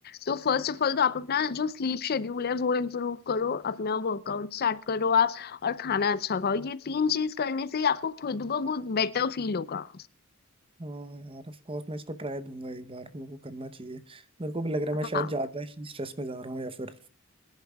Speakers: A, on the left; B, on the right.
A: तो फर्स्ट ऑफ ऑल तो आप अपना जो स्लीप शेड्यूल है वो इम्प्रूव करो अपना वर्कआउट स्टार्ट करो आप और खाना अच्छा खाओ ये तीन चीज करने से ही आपको खुद ब खुद बेटर फील होगा
B: हाँ यार ऑफ कोर्स मैं इसको ट्राई दूंगा एक बार मेरे को करना चाहिए मेरे को भी लग रहा है मैं
A: हाँ
B: शायद ज्यादा ही स्ट्रेस में जा रहा हूँ या फिर